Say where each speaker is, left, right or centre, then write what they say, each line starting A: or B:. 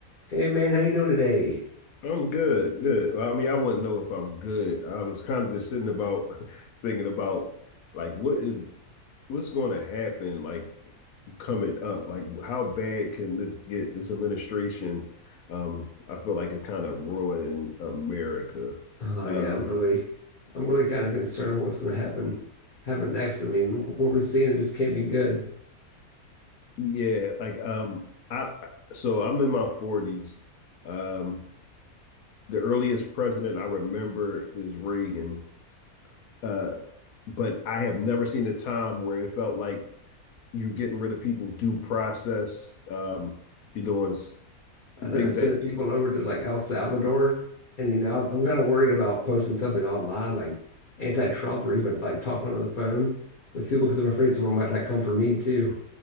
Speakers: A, on the left; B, on the left.
A: Hey man, how you doing today?
B: I'm good, good. Well, I mean, I wouldn't know if I'm good. I was kind of just sitting about <laughs> thinking about like what is what's going to happen like coming up. Like how bad can this get? This administration, um, I feel like it's kind of ruining America.
A: Oh
B: Um,
A: yeah, I'm really, I'm really kind of concerned what what's going to happen, happen next. I mean, what we're seeing it just can't be good.
B: yeah, like um, I so I'm in my 40s. Um, the earliest president I remember is Reagan. Uh, but I have never seen a time where it felt like you're getting rid of people due process. Um, you're doing
A: I know
B: things
A: they're sending
B: that
A: people over to like El Salvador, and you know, I'm, I'm kind of worried about posting something online like anti-Trump or even like talking on the phone with people because I'm afraid someone might like come for me too.